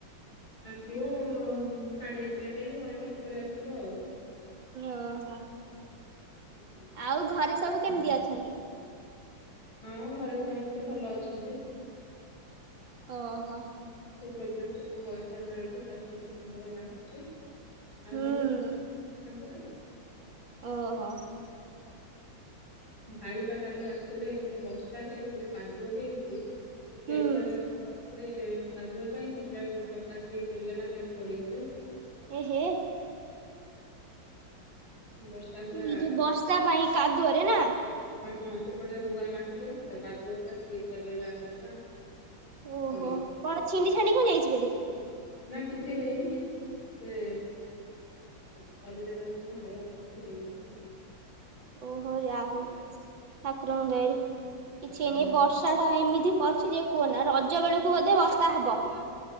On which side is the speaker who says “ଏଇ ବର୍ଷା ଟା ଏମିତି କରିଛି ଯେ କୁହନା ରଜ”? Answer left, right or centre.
Right